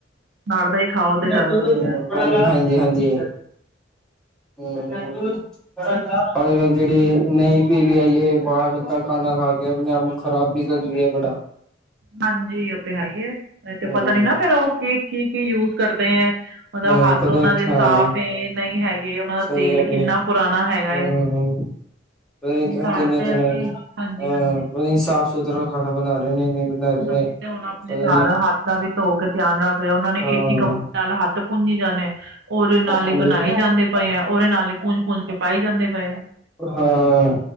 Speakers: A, on the right; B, in the centre.
A: ਅਨਾਰ ਦਾ ਹੀ ਖਾਓ। ਤੇ
B: <unintelligible>
A: ਜ਼ਿਆਦਾ ਵਧੀਆ
B: ਹਾਂਜੀ ਹਾਂਜੀ ਹੂੰ <inaudible> ਅੱਜ ਕੱਲ ਜਿਹੜੀ ਨਈ ਪੀ ਲਿਆ ਜੇ ਬਾਹਰ ਦਾ ਖਾਣਾ ਖਾ ਕੇ ਆਪਣੇ ਆਪ ਨੂੰ ਖ਼ਰਾਬ ਵੀ ਕਰ ਲਿਆ ਬੜਾ।
A: ਹਾਂਜੀ ਉਹ ਤੇ ਹੈ ਈ ਐ, ਇਹ ਤੇ
B: ਹਮ
A: ਪਤਾ ਨੀ ਨਾ ਫਿਰ ਉਹ ਕੀ ਕੀ ਕੀ ਯੂਜ ਕਰਦੇ ਐ। ਮਤਲਬ
B: ਅ
A: ਹੱਥ
B: ਪਤਾ
A: ਉਹਨਾਂ
B: ਨੀ
A: ਦੇ
B: ਹਾਂ
A: ਸਾਫ਼ ਏ ਨਹੀਂ ਹੈਗੇ, ਉਹਨਾਂ ਦਾ
B: ਸਹੀ
A: ਤੇਲ
B: ਗੱਲ
A: ਕਿੰਨਾ
B: ਹੈ
A: ਪੁਰਾਣਾ ਹੈਗਾ
B: ਹਮ
A: ਏ।
B: ਪਤਾ ਨੀ
A: ਹੁਣ ਘਰ
B: ਕਿੰਨੇ
A: ਤੇ
B: ਤਰ੍ਹਾਂ
A: ਆਏ ਅਸੀਂ,
B: ਦੇ
A: ਹਾਂਜੀ
B: ਅਹ
A: ਹਾਂਜੀ।
B: ਪਤਾ ਨੀ ਸਾਫ਼ ਸੁਥਰਾ ਖਾਣਾ ਬਣਾ ਰਹੇ ਨੇ ਨੀ ਬਣਾ ਰਹੇ ਨੇ
A: ਅਸੀਂ ਤੇ ਹੁਣ ਆਪਣੇ
B: ਪਤਾ
A: ਘਰ ਹੱਥ ਦਾ ਵੀ ਧੋ ਕੇ ਧਿਆਨ ਰੱਖ ਰਹੇ, ਉਹਨਾਂ ਨੇ
B: ਹਾਂ
A: ਇੱਕ ਹੀ ਕੱਪ ਨਾਲ ਹੱਥ ਪੂੰਜੀ ਜਾਣੇ, ਉਹਦੇ ਨਾਲ
B: ਹਾਂਜੀ
A: ਹੀ ਬਣਾਏ ਜਾਂਦੇ ਪਏ ਐ, ਉਹਦੇ ਨਾਲ ਹੀ ਪੂੰਝ ਪੂੰਝ ਕੇ ਪਾਈ ਜਾਂਦੇ ਪਏ ਆ।
B: ਹਾਂ,